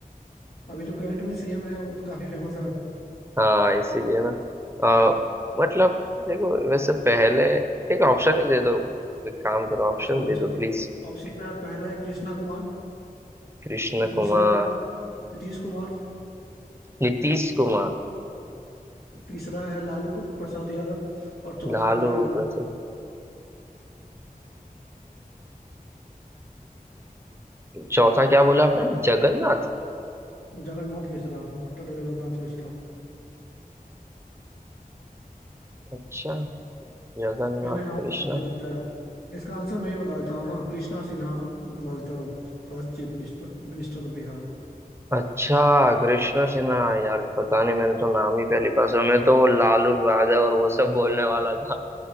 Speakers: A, on the left; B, on the right.
A: अभी जो करंट में सीएम है वो तो काफी फेमस है
B: हाँ इसीलिए ना अ, मतलब देखो वैसे पहले एक ऑप्शन ही दे दो एक काम करो ऑप्शन
A: चलो
B: दे
A: चलो
B: दो प्लीज
A: ऑप्शन में पहला है कृष्णा कुमार
B: कृष्ण
A: दूसरा
B: कुमार
A: है नीतीश कुमार
B: नीतीश कुमार
A: तीसरा है लालू कु- प्रसाद यादव और चौथा
B: लालू
A: है जगन्नाथ
B: प्रसाद चौथा क्या बोला आपने जगन्नाथ
A: जगन्नाथ मिश्रा डॉक्टर जगन्नाथ मिश्रा
B: अच्छा जगन्नाथ
A: मैंने हाथ
B: कृष्णा
A: पूछ दिया लगता है इसका आंसर मैं ही बता देता हूँ ना Krishna Sinha was the first chief minister minister of Bihar
B: अच्छा कृष्ण सिन्हा यार पता नहीं मैंने तो नाम ही पहली बार सुना मैं तो वो लालू यादव और वो सब बोलने वाला था